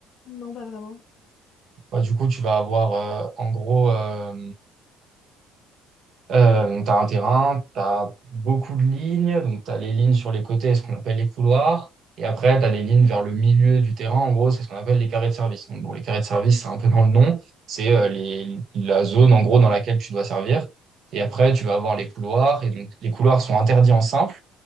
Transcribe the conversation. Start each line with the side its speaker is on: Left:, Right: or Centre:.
Left: Non, pas vraiment.
Right: Bah, du coup, tu vas avoir, euh, en gros, euh, Euh, tu as un terrain, tu as beaucoup de lignes, donc tu as les lignes sur les côtés, ce qu'on appelle les couloirs, et après tu as les lignes vers le milieu du terrain, en gros, c'est ce qu'on appelle les carrés de service. Donc, bon, les carrés de service, c'est un peu dans le nom, c'est euh, les, la zone en gros dans laquelle tu dois servir, et après tu vas avoir les couloirs, et donc les couloirs sont interdits en simple,